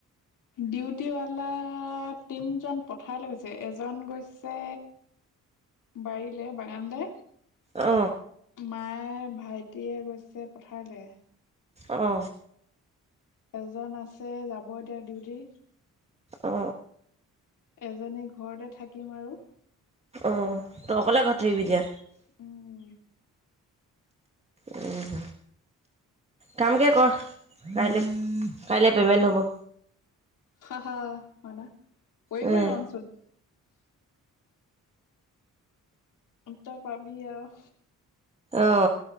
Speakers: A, on the left; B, on the right.
A: ডিউটিৱালা তিনজন পথাৰলে গৈছে এজন গৈছে বাৰীলে বাগানলে।
B: অ।
A: মায়ে, ভাইটিয়ে গৈছে পথাৰলে।
B: অ।
A: এজন আছে যাব এতিয়া ডিউটি।
B: অ।
A: এজনী ঘৰতে থাকিম আৰু।
B: অ তই অকলে ঘৰত থাকিবি এতিয়া?
A: উম।
B: উম কামকে কৰ কাইলে কাইলে পেমেণ্ট হ'ব।
A: হয় ন কৰিবই
B: উম,
A: নোৱাৰোচোন। উত্তৰ পাবি আও।
B: অ